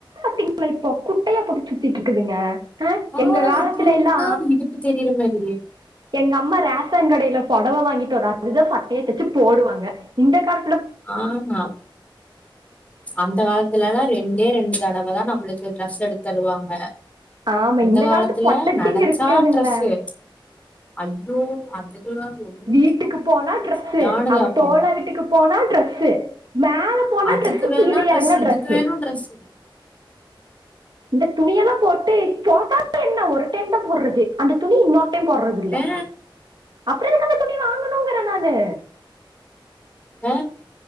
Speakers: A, on the right; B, on the left.
A: திங்ளா இப்போ குட்டையா போட்டுட் சுத்திட்ருக்குதுங் க அ
B: ஆ
A: எங்க காலத்துல
B: தூக்குனா
A: எல்லா
B: இடுப்பு தெரியிற மாரி
A: எங்க அம்மா ரேஷன் கடையில பொடவ வாங்கிட்டு வரு அது தா சட்டையா தச்சி போடுவங்க இந்த காலத்
B: ஆமா அந்த காலத்துல எல்லா ரெண்டே ரெண்டு தடவ தா நம்மளுக்கு ட்ரெஸ் எடுத் தருவாங்க
A: ஆமா
B: இந்த காலத்துல
A: காலத்து பொட்டச்சிங்க
B: நெனச்சா
A: இருக்குதுங்களே
B: ட்ரெஸு ஐயோ அதுக் குலா ஒன்னுமே
A: வீட்டுக்கு
B: பண்ண முடியாதுங்க
A: போனா ட்ரெஸ்
B: செரியானதாக்கு
A: அவ தோழ வீட்டுக்கு போனா ட்ரெஸ் மேல போனா
B: அதுக்கு
A: ட்ரெஸ்
B: வேனா
A: கீழே
B: ட்ரெஸு
A: இறங்கினா
B: இதுக்கு
A: ட்ரெஸ்
B: வேனு ட்ரெஸு
A: இந்த துணியெல்லா போட்டு போட்டாத்தா என்ன ஒரு டைம் தா போறது அந்த துணி இன்னொரு டைம் போறது இல்ல
B: ஆ
A: அப்ற எதுக்கு அந்த துணி வாங்கனுங்கற நானு
B: அ